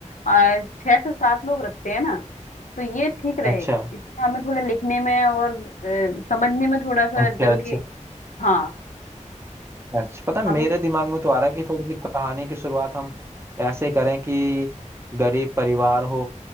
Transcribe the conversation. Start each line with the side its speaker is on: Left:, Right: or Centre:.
Left: आ, छह से सात लोग रखते हैं ना तो ये ठीक रहेगा
Right: अच्छा अच्छा
Left: इसमें हमें थोड़ा लिखने में और अ, समझने में थोड़ा सा
Right: अच्छा
Left: जल्दी हाँ
Right: अच्छा पता है, मेरे
Left: हम इस
Right: दिमाग में तो आ रहा है कि थोड़ी सी कहानी की शुरुआत हम ऐसे करें कि गरीब परिवार हो